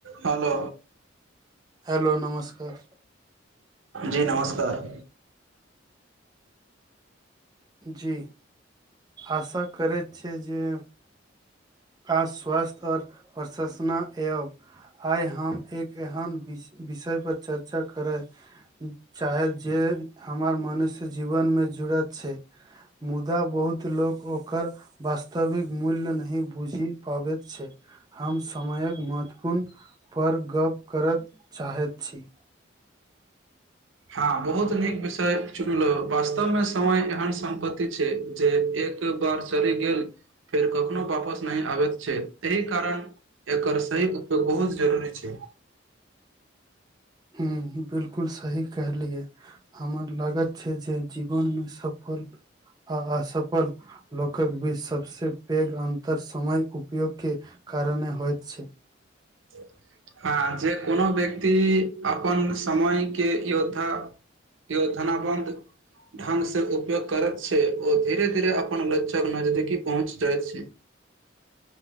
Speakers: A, on the right (about 75°); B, on the right (about 20°).
A: Hello
B: hello नमस्कार
A: जी नमस्कार
B: जी आशा करैत छै जे आ स्वास्थ्य आओर प्रशासना ए आइ हम एक एहन वि विषय पर चर्चा करे चाहेब जे हमर मनुष्य जीवन मे जुड़त छै मुदा बहुत लोक ओकर वास्तविक मूल्य नहि बुझि पाबैत छै हम समयक महत्त्वपूर्ण पर गप करत चाहैत छी
A: हँ बहुत नीक विषय चुनलो वास्तव मे समय एहन सम्पत्ति छै जे एक बार चलि गेल फेर कखनो वापस नहि आबैत छै एहि कारण एकर सही उपयोग बहुत जरूरी छै
B: हुँ बिलकुल सही कहलियै हमर लागत छै जे जीवनमे सफल आ असफल लोकक बीच सबसे पैघ अन्तर समय उपयोग केँ कारणे होइत छै
A: <inaudible> हँ जे कोनो व्यक्ति अपन समय केँ योद्धा केओ धनाबन्त ढंग से उपयोग करैत छै ओ धीरे धीरे अपन लजजक नजदीकी पहुँच जाइत छै